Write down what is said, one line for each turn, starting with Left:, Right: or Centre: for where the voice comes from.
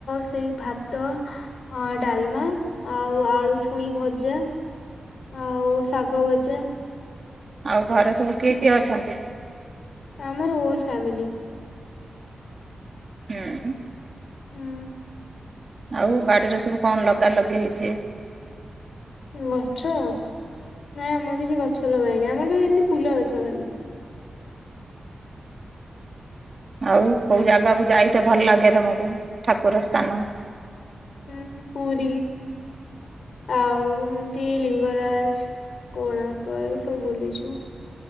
Left: ସେଇ ଭାତ ଡାଲମା ଆଉ ଆଳୁ ଛୁଇଁ ଭଜା ଆଉ ଶାଗ ଭଜା।
Right: ଆଉ ଘରେ ସବୁ କିଏ କିଏ ଅଛନ୍ତି?
Left: ଆମର ହୋଲ ଫ୍ୟାମିଲି
Right: ହୁଁ।
Left: ହୁଁ।
Right: ଆଉ ବାଡ଼ିରେ ସବୁ କଣ ଲଗା ଲଗି ହେଇଛି?
Left: ଗଛ ନାଇଁ ଆମର କିଛି ଗଛ ଲଗାଇନି ଆମର ଖାଲି ଏମିତି ଫୁଲ ଗଛ ଖାଲି।
Right: ଆଉ କୋଉ ଜାଗାକୁ ଯାଇ ତ ଭଲ ଲାଗେ ତମକୁ ଠାକୁର ସ୍ଥାନ?
Left: ହୁଁ ପୁରୀ ଆଉ ଏମତି ଲିଙ୍ଗରାଜ କୋଣାର୍କ ଏଇ ସବୁ ବୁଲିଛୁ।